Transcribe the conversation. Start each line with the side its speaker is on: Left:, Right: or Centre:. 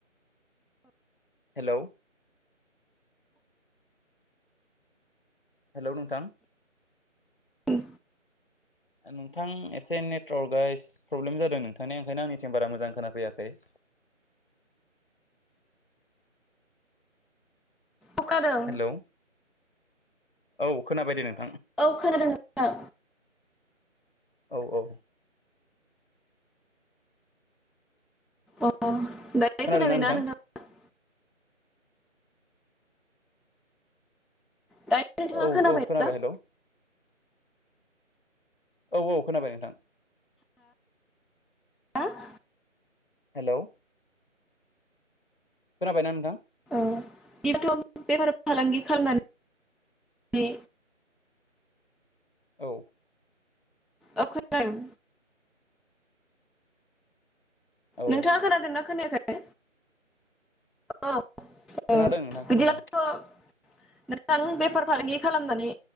Left: हेलौ हेलौ नोंथां।
Centre: उम
Left: नोंथां एसे नेटवर्कआ एस प्रब्लेम जादों नोंथांना ओंखायनो आंनिथिं बारा मोजां खोनाफैयाखै। <inaudible>
Centre: अखादों
Left: हेलौ औ खोनाबायदे नों
Centre: औ खोनादों नोंथां।
Left: औ औ
Centre: अ दायो
Left: खोनादोंना
Centre: खोनाबायना
Left: नोंथां
Centre: नोंथांआ? दायो नोंथाङा
Left: औ औ खोनाबाय
Centre: ना
Left: हेलौ। औ औ खोनाबाय नोंथां।
Centre: <unintelligible>
Left: हेलौ खोनाबायना नोंथां?
Centre: औ बिथ' बेफार फालांगि खालामनानै बे
Left: औ
Centre: ओ खोनादों
Left: औ
Centre: नोंथाङा खोनादोंना खोनायाखै औ। औ
Left: खोनादों नोंथां
Centre: बिदिब्लाथ'
Left: खोनादों
Centre: नोंथां बेफार फालांगि खालामनानै